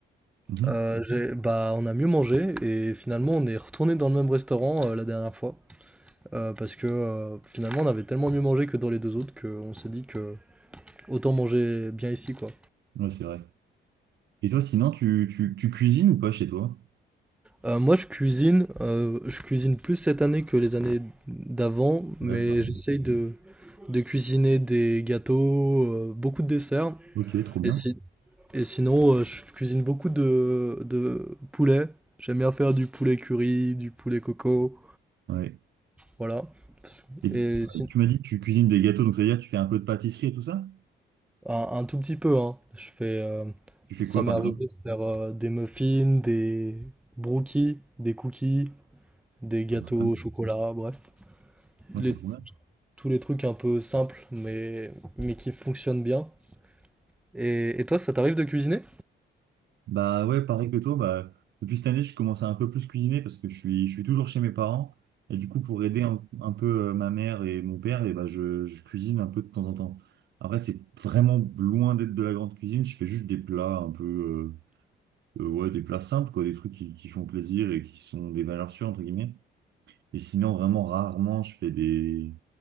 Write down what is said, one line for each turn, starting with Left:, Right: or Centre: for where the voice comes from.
Right: Mhm.
Centre: euh, j'ai- bah on a mieux mangé et finalement on est retourné dans le même restaurant euh, la dernière fois Euh, parce que euh, finalement on avait tellement mieux mangé que dans les deux autres qu'on s'est dit que autant manger bien ici quoi.
Right: Ouais, c'est vrai. Et toi, sinon, tu, tu, tu cuisines ou pas chez toi?
Centre: Euh, moi je cuisine, euh, je cuisine plus cette année que les années d'avant, mais
Right: Ouais, pardon.
Centre: j'essaye de de cuisiner des gâteaux, euh, beaucoup de desserts.
Right: Ok, trop bien.
Centre: Et, si- et sinon, euh, je cuisine beaucoup de, de poulet. J'aime bien faire du poulet curry, du poulet coco,
Right: Ouais.
Centre: voilà.
Right: Et tu,
Centre: Et si-
Right: tu m'as dit que tu cuisines des gâteaux, donc ça veut dire que tu fais un peu de pâtisserie et tout ça?
Centre: un, un tout petit peu, hein. Je fais, euh,
Right: Tu fais
Centre: ça
Right: quoi,
Centre: m'est
Right: par
Centre: arrivé
Right: exemple?
Centre: de faire euh, des muffins, des brookies, des cookies, des gâteaux
Right: Ah, quand même.
Centre: au chocolat, bref.
Right: Ouais,
Centre: Les-
Right: c'est trop bien.
Centre: tous les trucs un peu simples, mais, mais qui fonctionnent bien. Et, et toi, ça t'arrive de cuisiner?
Right: Bah ouais, pareil que toi, bah, depuis cette année, je commence à un peu plus cuisiner parce que je suis, je suis toujours chez mes parents. Et du coup, pour aider un, un peu euh, ma mère et mon père, et bah, je, je cuisine un peu de temps en temps. Après, c'est vraiment loin d'être de la grande cuisine. Je fais juste des plats un peu. euh, Euh, ouais, des plats simples, quoi, des trucs qui, qui font plaisir et qui sont des valeurs sûres, entre guillemets. Et sinon, vraiment, rarement, je fais des,